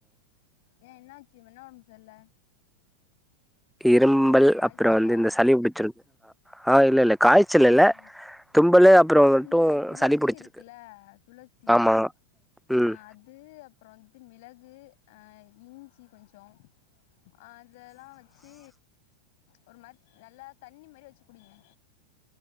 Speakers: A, on the left; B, in the centre.
A: ஏ என்னாச்சு என்னா ஒடம்பு சரில்ல
B: இரும்பல்
A: காய்ச்சலா
B: அப்றோ வந்து இந்த சளி புடிச்சிருக்கு ஆ இல்ல இல்ல காய்ச்சல் இல்ல
A: ஆ
B: தும்பலு அப்றோ மட்டு
A: இந்த துளசி
B: சளி புடிச்சிருக்கு
A: இருக்குல்ல துளசி
B: ஆமா ம்
A: ஆ அது அப்றோ வந்துட்டு மிளகு ஆ இஞ்சி கொஞ்சோ அ அதெல்லா வச்சு ஒரு மாரி நல்லா தண்ணி மாரி வச்சு குடிங்க